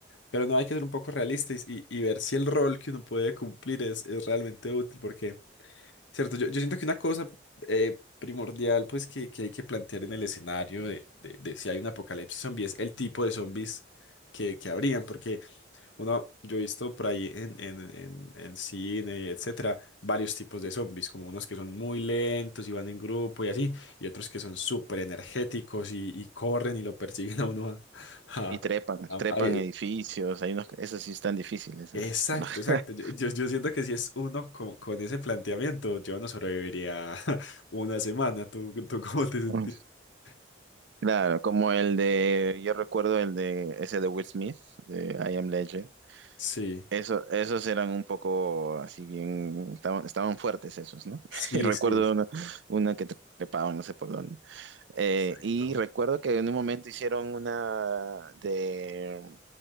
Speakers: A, on the left; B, on the right.
A: Pero no hay que ser un poco realistas y, y ver si el rol que uno puede cumplir es, es realmente útil, porque Cierto, yo, yo siento que una cosa eh, primordial pues que, que hay que plantear en el escenario de, de- de si hay un apocalipsis zombie es el tipo de zombies que, que habrían, porque uno, yo he visto por ahí en, en, en, en cine, etcétera, varios tipos de zombies, como unos que son muy lentos y van en grupo y así, y otros que son súper energéticos y, y corren y lo persiguen a uno a,
B: Y trepan,
A: a- a-
B: trepan
A: a-
B: edificios, hay unos, esos sí están difíciles,
A: Exacto,
B: ¿eh? <laughs>
A: exacto. Yo, yo- yo siento que si es uno con, con ese planteamiento, yo no sobreviviría <laughs> una semana. ¿Tú, tú cómo te sentís?
B: Mm.
A: <laughs>
B: Claro, como el de, yo recuerdo el de ese de Will Smith, de I Am Legend.
A: Sí,
B: Eso, esos eran un poco así bien, estaban, estaban fuertes esos, ¿no?
A: sí,
B: <laughs> Y recuerdo
A: sí. es-
B: una, una que trepaban, no sé por dónde. Eh,
A: Exacto.
B: y recuerdo que en un momento hicieron una de,